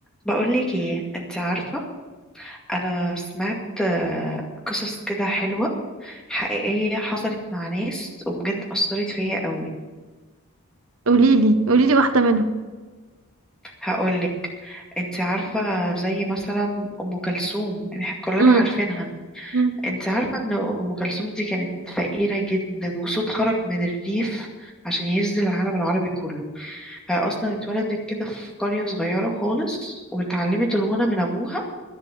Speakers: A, in the centre; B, on the right.
A: بقولك ايه انت عارفة انا سمعت آه، قصص كده حلوة حقيقية حصلت مع ناس وبجد أثرت فيا قوي
B: قوليلي قوليلي واحدة منهم
A: هقولك انت عارفة زي مثلا أم كلثوم يعني احنا كلنا
B: امم
A: عارفينها
B: امم
A: انت عارفة ان أم كلثوم دي كانت فقيرة جدا وصوت خرج من الريف عشان يهز العالم العربي كله هي أصلا اتولدت كده في قرية صغيرة خالص واتعلمت الغنى من أبوها